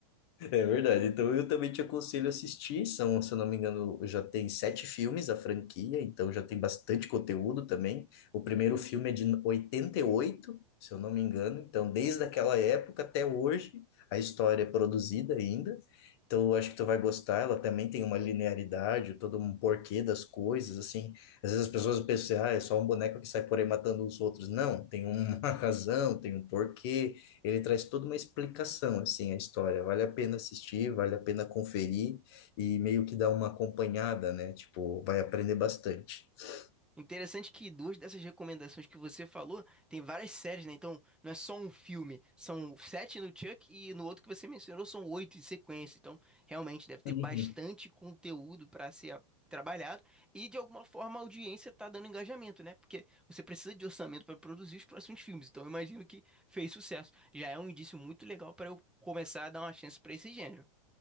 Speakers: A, on the left; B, in the centre.
A: É verdade. Então eu também te aconselho a assistir. São, se eu não me engano, já tem sete filmes a franquia, então já tem bastante conteúdo também. O primeiro filme é de 88, se eu não me engano. Então, desde aquela época até hoje, a história é produzida ainda. Então, eu acho que tu vai gostar. Ela também tem uma linearidade, todo um porquê das coisas, assim. Às vezes as pessoas pensam, ah, é só um boneco que sai por aí matando os outros. Não, tem uma <laughs> razão, tem um porquê ele traz toda uma explicação assim a história. Vale a pena assistir, vale a pena conferir e meio que dar uma acompanhada, né? Tipo, vai aprender bastante. <laughs>
B: Interessante que duas dessas recomendações que você falou tem várias séries, né? Então, não é só um filme. São sete no Chuck e no outro que você mencionou são oito em sequência. Então, realmente deve ter
A: Uhum.
B: bastante conteúdo para ser a- trabalhado e, de alguma forma, a audiência está dando engajamento, né? Porque você precisa de orçamento para produzir os próximos filmes. Então, eu imagino que fez sucesso. Já é um indício muito legal para eu começar a dar uma chance para esse gênero.